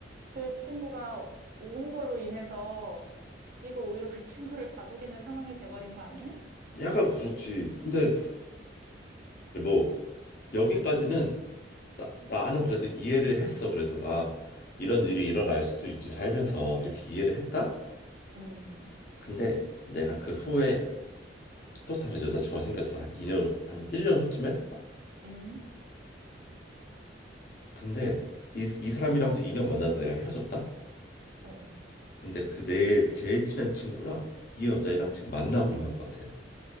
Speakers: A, on the right; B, on the left.
A: 그 친구가 운 걸로 인해서 네가 오히려 그 친구를 다독이는 상황이 돼버린 거 아니야?
B: 약간 그렇지. 근데 뭐 여기까지는 나, 나는 그래도 이해를 했어. 그래도 아 이런 일이 일어날 수도 있지 살면서 이렇게 이해를 했다.
A: 음,
B: 근데 내가 그 후에 또, 다른 여자친구가 생겼어. 한 이 년한 1년 후쯤에.
A: 음,
B: 근데 이, 이 사람이랑도 2년 만나다 내가 헤어졌다.
A: 어, 어.
B: 근데 그 내 제일 친한 친구랑 이 여자애랑 지금 만나고 있는 것 같아.